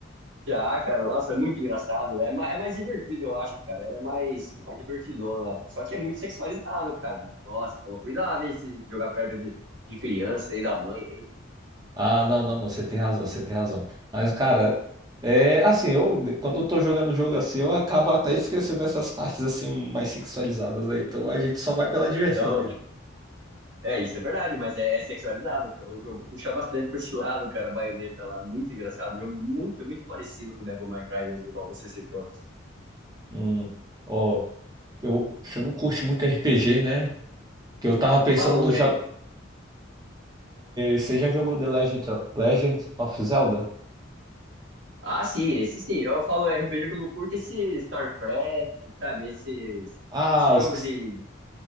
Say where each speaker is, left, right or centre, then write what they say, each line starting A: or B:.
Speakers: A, on the right; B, on the right.
A: já, cara, nossa, é muito engraçado, né? É ma- é mais divertido, eu acho, cara, ela é mais, é mais divertidona, só que é muito sexualizado, cara. Nossa, toma cuidado, hein, se jogar perto de, de criança e da mãe, hein?
B: Ah, não, não, não, você tem razão, você tem razão. Mas, cara, é assim, eu quando eu tô jogando o jogo assim, eu acabo até esquecendo essas partes assim mais sexualizadas aí. Então a gente só vai pela diversão
A: Não,
B: mesmo.
A: é, isso é verdade, mas é, é sexualizado, cara. O jogo puxa bastante pra esse lado, cara, a Baioneta lá, muito engraçado, jogo muito, muito parecido com o Devil May Cry mesmo, igual você citou.
B: Hum, ó, eu, você não curte muito RPG, né? Que eu tava pensando
A: Fala um
B: no jogo. você já jogou The Legend, Legend of Zelda?
A: Ah, sim, esse sim. Eu falo RPG que eu não curto esse StarCraft, sabe? Esses,
B: Ah,
A: esses
B: os
A: jogos
B: que
A: de.